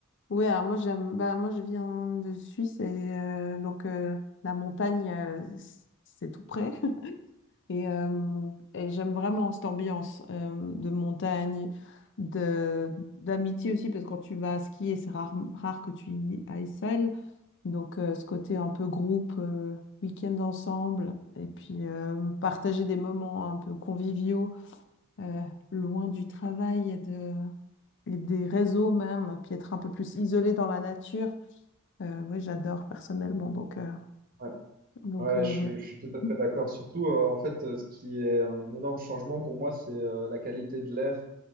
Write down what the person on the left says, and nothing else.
ouais, alors moi, j'aime, bah, moi, je viens de Suisse et euh, donc euh, la montagne, euh, c- c'est tout près. Et, euh, et j'aime vraiment cette ambiance euh, de montagne, de, d'amitié aussi, parce que quand tu vas skier, c'est rare, rare que tu y ailles seul. Donc, euh, ce côté un peu groupe, euh, week-end ensemble, et puis euh, partager des moments un peu conviviaux, euh, loin du travail et, de, et des réseaux même, puis être un peu plus isolé dans la nature. Euh, ouais, j'adore personnellement. Donc, euh,
donc
euh,
ouais.